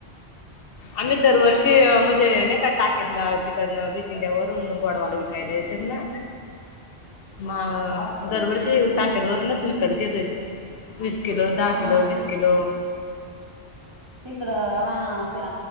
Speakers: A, on the left; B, on the right.
A: आम्ही दरवर्षी त म्हणजे नाही का टाकेतला तिकडनं बीतीिंग्या वरून गोडवाला विकायला त्यां ना.
B: <inaudible>
A: म दरवर्षी टाक्यादरूनच विकत घेते. वीस किलो दहा
B: हा
A: किलो
B: ते
A: वीस किलो.
B: तिकडं हा त्या